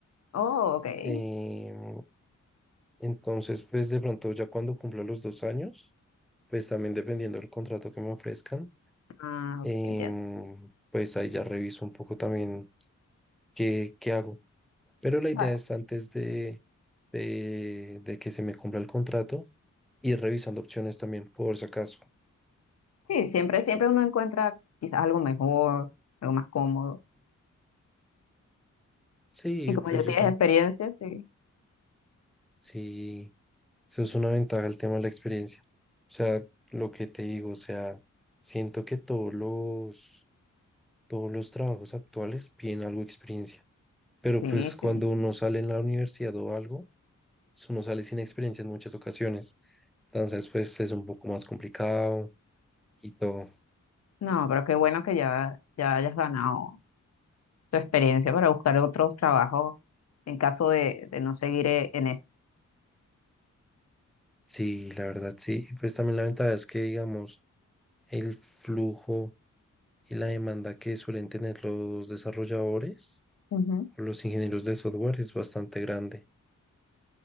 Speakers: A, on the left; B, in the centre.
A: Oh, ok.
B: Em, entonces, pues de pronto ya cuando cumpla los dos años, pues también dependiendo del contrato que me ofrezcan
A: Ah,
B: em,
A: ok, entiendo.
B: pues ahí ya reviso un poco también qué, qué hago. Pero la idea
A: Vale.
B: es antes de, de, de que se me cumpla el contrato, ir revisando opciones también por si acaso.
A: Sí, siempre, siempre uno encuentra quizás algo mejor, algo más cómodo.
B: Sí,
A: Y como
B: pues
A: ya
B: yo
A: tienes
B: también.
A: experiencia, sí.
B: Sí, eso es una ventaja el tema de la experiencia. O sea, lo que te digo, o sea, siento que todos los, todos los trabajos actuales piden algo de experiencia.
A: Sí,
B: Pero pues
A: sí.
B: cuando uno sale en la universidad o algo, uno sale sin experiencia en muchas ocasiones. Entonces, pues es un poco más complicado y todo.
A: No, pero qué bueno que ya, ya hayas ganado tu experiencia para buscar otros trabajos en caso de, de no seguir eh, en eso.
B: Sí, la verdad, sí. Pues también la ventaja es que, digamos, el flujo y la demanda que suelen tener los desarrolladores
A: Ujú.
B: o los ingenieros de software es bastante grande.